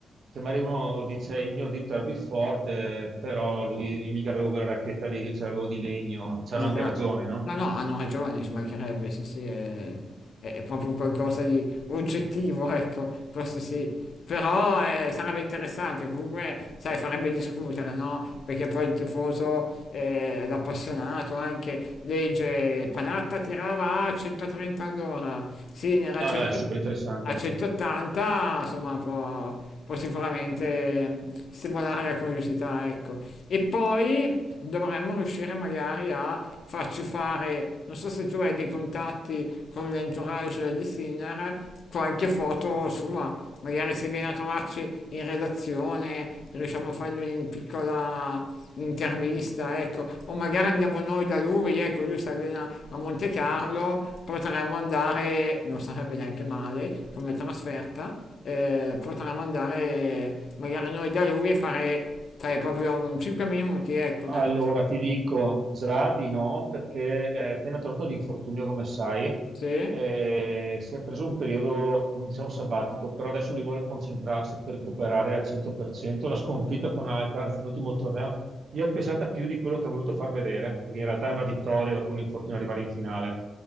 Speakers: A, on the right; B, on the left.
A: che magari uno dice il mio dito era più forte, però lui io mica avevo quella racchetta lì, ce l'avevo di legno, c'hanno
B: Esatto.
A: anche ragione, no?
B: No, no, hanno ragione, ci mancherebbe, sì, sì, è, è- è proprio un qualcosa di oggettivo, <laughs> ecco, questo sì. Però eh, sarebbe interessante, comunque, sai, farebbe discutere, no? Perché poi il tifoso, eh, l'appassionato anche, legge Panatta tirava a 130 all'ora, Sinner a
A: No, no, è super interessante.
B: a 180, insomma, può, può sicuramente mm, stimolare la curiosità, ecco. E poi dovremmo riuscire magari a farci fare, non so se tu hai dei contatti con l'entourage di Sinner, qualche foto sua. Magari se viene a trovarci in redazione, riusciamo a fargli una piccola intervista, ecco, o magari andiamo noi da lui, ecco, lui si allena a Monte Carlo, potremmo andare, non sarebbe neanche male come trasferta, eh, potremmo andare magari noi da lui e fare, sai, proprio 5 minuti, ecco, una
A: Allora,
B: cosa...
A: ti dico già di no, perché è appena tornato l'infortunio, come sai,
B: Sì?
A: eh, si è preso un periodo, non diciamo sabbatico, però adesso lui vuole concentrarsi per recuperare al 100%. La sconfitta con Alcaraz nell'ultimo torneo gli è pesata più di quello che ha voluto far vedere, perché in realtà è una vittoria dopo un infortunio arrivare in finale.